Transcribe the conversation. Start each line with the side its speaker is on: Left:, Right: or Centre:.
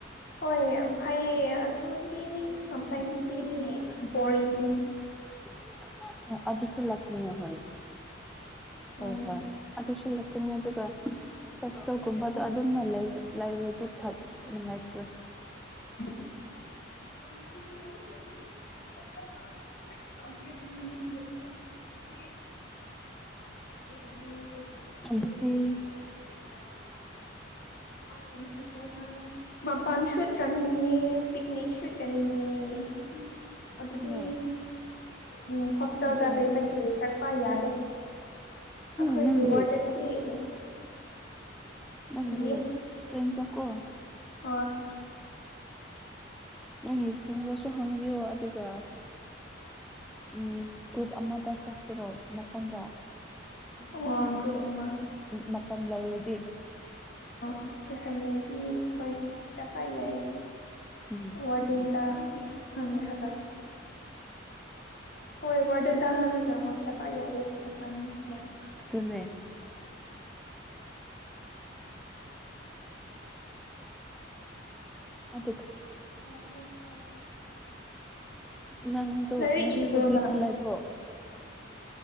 Left: ꯍꯣꯏ ꯐꯩꯌꯦ ꯑꯗꯨꯗꯤ ꯁꯝꯇꯥꯏꯝꯁꯗꯤ ꯕꯣꯔꯡꯅꯦ
Centre: <inaudible> ꯑꯗꯨꯁꯨ ꯂꯥꯛꯀꯅꯤ ꯍꯣꯏ ꯍꯣꯏ
Left: ꯎꯝ
Centre: ꯍꯣꯏ ꯑꯗꯨꯁꯨ ꯂꯥꯛꯀꯅꯤ ꯑꯗꯨꯒ ꯍꯣꯁꯇꯦꯜꯒꯨꯝꯕꯗꯣ ꯑꯗꯨꯝꯅ ꯂꯩꯔꯗꯤ ꯅꯨꯡꯉꯥꯏꯇ꯭ꯔꯦ
Left: ꯁꯅꯕꯨ ꯆꯒ ꯍꯥꯏꯗꯤ <inaudible> ꯀꯄ꯭ꯂ ꯃ <unintelligible> ꯀ ꯏ <unintelligible>
Centre: ꯑꯗꯨꯗꯤ
Left: ꯀꯝ ꯁꯀ ꯊꯃ <inaudible> ꯃꯥꯄꯥꯟ ꯁꯨꯠ ꯆꯅꯤꯡꯅꯤ ꯄꯤꯛꯅꯤꯛ ꯁꯨꯠ ꯆꯅꯤꯡꯅꯤ ꯎꯝ ꯑꯗꯨꯗꯤ
Centre: ꯑꯗꯨꯅꯦ
Left: ꯎ ꯍ ꯜꯇꯥ
Centre: ꯑꯗꯨꯅꯦ
Left: ꯂꯩꯕꯒꯤ ꯆꯠꯄ ꯌꯥꯗꯦ
Centre: ꯅꯪꯒꯤ
Left: ꯑꯩꯈꯣꯏꯒꯤ ꯋꯥꯔꯗꯟꯗꯤꯍ
Centre: ꯅꯪꯒꯤ
Left: ꯀꯤꯌꯦ
Centre: ꯐ꯭ꯔꯦꯟꯁꯇꯀꯣ
Left: ꯑꯣ
Centre: ꯅꯪꯒꯤ ꯐꯗꯁꯨ ꯍꯪꯒꯤꯌꯣ ꯑꯗꯨꯒ ꯎꯝ ꯒ꯭ꯔꯨꯞ ꯑꯃꯗ ꯆꯥꯁꯤꯔꯣ ꯃꯄꯜꯗ
Left: ꯎ ꯑꯣ
Centre: ꯃꯇꯝ ꯂꯩꯔꯗꯤ
Left: ꯑ ꯑꯗꯤ ꯍꯣꯏ ꯆꯄ ꯌꯥꯏ
Centre: ꯎꯝ
Left: ꯋꯥꯔꯗꯦꯟꯗ ꯍꯒ ꯍꯣꯏ ꯋꯥꯔꯗꯦꯟꯗ ꯍꯪꯉꯒ ꯍ ꯆꯄ ꯌꯥꯏꯌꯦ ꯃꯇꯝꯗ <inaudible>
Centre: ꯑꯗꯨꯅꯦ ꯑ
Left: ꯎ ꯀꯦꯀꯣ
Centre: ꯅꯪꯗꯣ
Left: ꯂꯥꯏꯔꯤꯛ
Centre: ꯉꯁꯤꯗꯣ
Left: ꯏꯕꯔꯣ
Centre: ꯗ꯭ꯌꯨꯇꯤ
Left: ꯅꯡ
Centre: ꯂꯩꯕ꯭ꯔꯣ